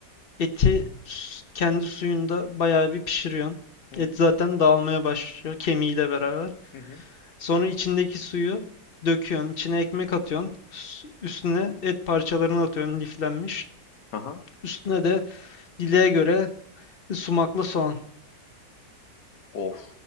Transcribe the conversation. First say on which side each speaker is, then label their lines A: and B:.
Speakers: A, on the left; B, on the left.
A: Eti s- kendi suyunda bayağı bir pişiriyorsun.
B: Hı
A: Et
B: hı.
A: zaten dağılmaya başlıyor kemiğiyle beraber.
B: hı. hı.
A: Sonra içindeki suyu döküyorsun. içine ekmek atıyorsun. s- Üstüne et parçalarını atıyorsun liflenmiş.
B: Aha.
A: Üstüne de dileğe göre sumaklı soğan.
B: Of